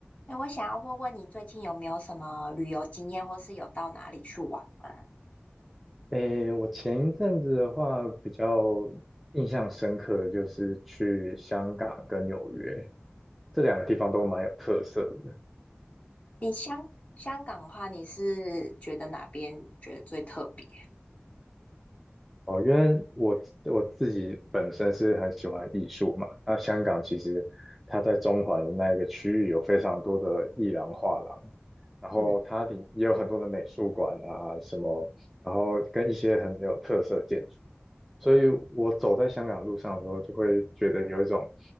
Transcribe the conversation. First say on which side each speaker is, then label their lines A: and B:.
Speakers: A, on the left (about 35°); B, in the centre.
A: 哎，我想要问问你，最近有没有什么旅游经验，或是有到哪里去玩吗？
B: 诶，我前一阵子的话，比较印象深刻的就是去香港跟纽约这两个地方都蛮有特色的
A: 你香香港的话，你是觉得哪边觉得最特别？
B: 哦。因为我我自己本身是很喜欢艺术嘛，那香港其实它在中环的那一个区域有非常多的艺廊、画廊，然后它里也有很多的美术馆啊什么，
A: 嗯，
B: 然后跟一些很有特色的建筑。所以我走在香港路上的时候，就会觉得有一种，